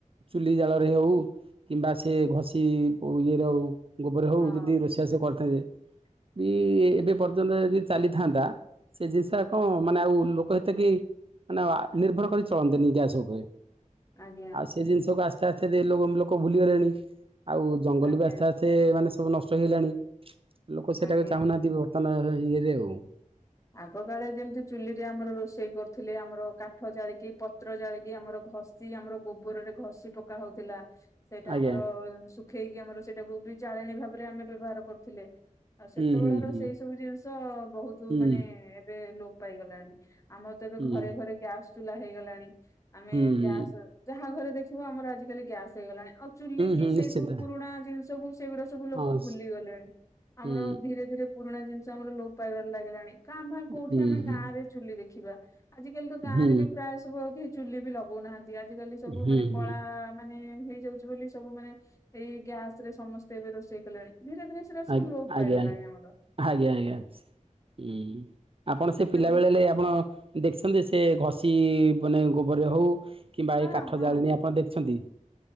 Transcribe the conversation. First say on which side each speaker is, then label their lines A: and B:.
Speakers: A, on the right; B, on the left.
A: ଚୁଲି ଜାଳରେ ହେଉ। କିମ୍ବା ସେ ଘଷି କଉ ଇଏ ର ଗୋବର ହଉ
B: ହଁ
A: ଯଦି ରୋଷେଇ ବାସ କରିଥାନ୍ତେ। ଇ ଏବେ ପର୍ଯ୍ୟନ୍ତ ଯଦି ଚାଲିଥାନ୍ତା ସେ ଜିନିଷ କଣ ମାନେ ଆଉ ଲୋକ ଏତେ କେହି। ମାନେ <unintelligible> ନିର୍ଭର କରି ଚଳନ୍ତେନି ଗ୍ୟାସ ଉପରେ।
B: ଆଜ୍ଞା।
A: ଆଉ ସେ ଜିନିଷକୁୁ ଆସ୍ତେ ଆସ୍ତେ ଦେ ଲୋକ ଲୋକ ଭୁଲିଗଲେଣି। ଆଉ ଜଙ୍ଗଲ
B: ଆଜ୍ଞା
A: ବି ଆସ୍ତେ ଆସ୍ତେ ତେ ମାନେ ସବୁ ନଷ୍ଟ ହେଇଗଲାଣି ଲୋକ ସେଇଟାକୁ
B: ଆଜ୍ଞା।
A: ଚାହୁଁନାହାନ୍ତି ବର୍ତ୍ତମାନ ଇଏରେ ଆଉ।
B: ଆଗ କାଳେ ଯେମିତି ଚୁଲିରେ ଆମର ରୋଷେଇ କରୁଥିଲେ ଆମର କାଠ ଜାଳିକି ପତ୍ର ଜାଳିକି ଆମର ଘଷ୍ ଷି ଆମର ଗୋବରରେ ଘଷି ପକା ହଉଥିଲା। ସେଇଟା
A: ଆଜ୍ଞା
B: ଆମର ଶୁଖେଇକି ଆମର ସେଇଟାକୁ ବି ଜାଳେଣୀ ଭାବରେ ଆମେ ବ୍ୟବହାର କରୁଥିଲେ। ଆଉ ସେତେବେଳର
A: ହୁଁ ହୁଁ ହୁଁ
B: ସେଇ ସବୁ ଜିନିଷ ବହୁତୁ।
A: ହୁଁ
B: ଏବେ ଲୋପ୍ ପାଇଗଲାଣି ଆମର ତ ଏବେ
A: ହୁଁ
B: ଘରେ ଘରେ ଗ୍ୟାସ୍ ଚୁଲା ହେଇଗଲାଣି। ଆମେ
A: ହୁଁ ହୁଁ ହୁଁ
B: ଗ୍ୟାସ ଯାହା ଘରେ ଦେଖିବ ଆମର ଆଜିକାଲି ଗ୍ୟାସ ହେଇଗଲାଣି। ଆଉ ଚୁଲି କିି
A: ହୁଁ
B: ସେଇ
A: ନିଶ୍ଚିନ୍ତ
B: ସବୁ ପୁରୁଣା ଜିନିଷ କୁ ସେଇଗୁଡା ସବୁ ଲୋକ
A: ହଁ
B: ଭୁଲି
A: ସ୍
B: ଗଲେଣି ଆମର
A: ହୁଁ
B: ଧୀରେ ଧୀରେ ପୁରୁଣା ଜିନିଷ ଆମର ଲୋପ୍ ପାଇବାରେ ଲାଗିଲାଣି। କାଁ ଭାଁ କୋଉଠି
A: ହୁଁ
B: ଆମେ
A: ହୁଁ
B: ଗାଁ ରେ ଚୁଲି ଦେଖିବା ଆଜିକାଲି ତ ଗାଁରେ
A: ହୁଁ
B: ବି ପ୍ରାୟ ସବୁ ଆଉ କେହି। ଚୁଲି ବି ଲଗଉନାହାଁନ୍ତି ଆଜିକାଲି ସବୁ
A: ହୁଁ
B: ମାନେ
A: ହୁଁ
B: କଳା। ମାନେ ହେଇଯାଉଛି ବୋଲି ସବୁ ମାନେ ଏଇ ଗ୍ୟାସ ରେ ସମସ୍ତେ ଏବେ ରୋଷେଇ କଲେଣି ଧୀରେ ଧୀରେ ସେଟା ସବୁ
A: ଆ
B: ଲୋପ
A: ଆଜ୍ଞା
B: ପାଇଗଲାଣି ଆମର।
A: ଆଜ୍ଞା ଆଜ୍ଞା ସ ଉଁ। ଆପଣ
B: ସେତେବେଳେ
A: ସେ ପିଲା ବେଳେ ଏଲେ ଆପଣ ଦେଖିଛନ୍ତି ସେ ଘଷି ମାନେ ଗୋବରରେ ହଉ। କିମ୍ବା
B: ହଁ
A: ଏଇ କାଠ
B: ହଁ
A: ଜାଳିନି ଆପଣ ଦେଖିଛନ୍ତି?